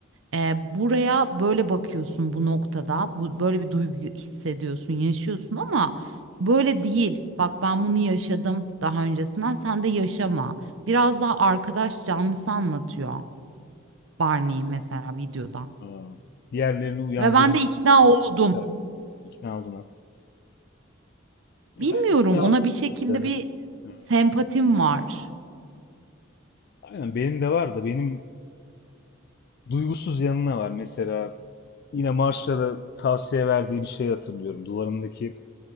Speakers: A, on the right (about 70°); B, on the left (about 50°).
A: E, buraya böyle bakıyorsun bu noktada. Bu, böyle bir duygu hissediyorsun, yaşıyorsun ama böyle değil. Bak ben bunu yaşadım daha öncesinden. Sen de yaşama. Biraz daha arkadaş canlısı anlatıyor Barney'i mesela videoda.
B: Aa, diğerlerini uyandırmak
A: Ve ben de ikna
B: isteyen
A: oldum.
B: bir karakter. İkna oldun ha. Ya
A: Bilmiyorum
B: ben ikna
A: ona
B: olmalıydı.
A: bir şekilde bir
B: Ha.
A: sempatim var.
B: Aynen benim de var da benim duygusuz yanına var. Mesela yine Marshall'a tavsiye verdiği bir şey hatırlıyorum. Duvarındaki